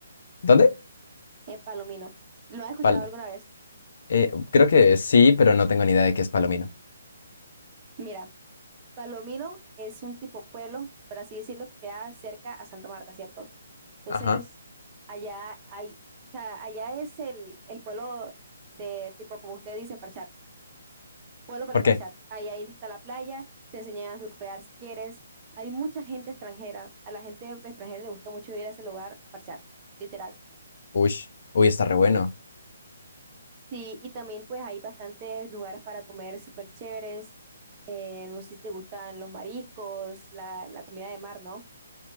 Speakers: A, on the left (about 50°); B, on the right (about 25°).
A: ¿dónde?
B: En Palomino. ¿Lo has escuchado
A: Pal-
B: alguna vez?
A: eh, creo que sí, pero no tengo ni idea de qué es Palomino.
B: Mira, Palomino es un tipo pueblo, por así decirlo, que queda cerca a Santa Marta, ¿cierto? Entonces,
A: Ajá.
B: allá hay, o sea, allá es el, el pueblo de tipo, como ustedes dicen, parchar, pueblo para
A: ¿Por
B: parchar.
A: qué?
B: Ahí, ahí está la playa, te enseñan a surfear si quieres. Hay mucha gente extranjera. A la gente extranjera le gusta mucho ir a ese lugar a parchar, literal.
A: Uy, uy, está re bueno.
B: Sí, y también pues hay bastantes lugares para comer súper chéveres. Eh, no sé si te gustan los mariscos, la, la comida de mar, ¿no?